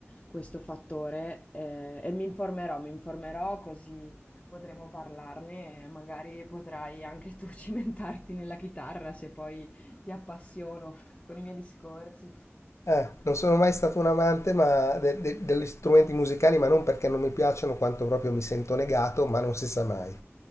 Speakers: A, on the left; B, on the left.
A: questo fattore eh, e mi informerò, mi informerò così potremo parlarne e magari potrai anche tu <laughs> cimentarti nella chitarra se poi ti appassiono con i miei discorsi.
B: Eh, non sono mai stato un amante ma de- de- degli strumenti musicali, ma non perché non mi piacciono, quanto proprio mi sento negato, ma non si sa mai.